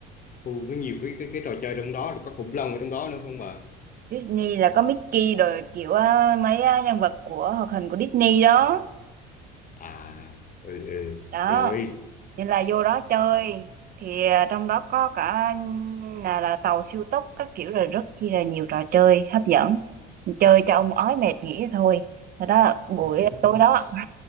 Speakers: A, on the left (about 40°); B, on the right (about 45°).
A: khu có nhiều cái cái cái trò chơi trong đó rồi có khủng long ở trong đó nữa không bà
B: Disney là có Mickey rồi kiểu á, mấy á, nhân vật của hoạt hình của Disney đó
A: à ừ, ừ.
B: đó
A: rồi
B: nên là vô đó chơi thì à, trong đó có cả là, là tàu siêu tốc các kiểu rồi rất chi là nhiều trò chơi hấp dẫn Mình chơi cho ông ói mệt nghỉ thôi Thế đó buổi
A: <laughs>
B: tối đó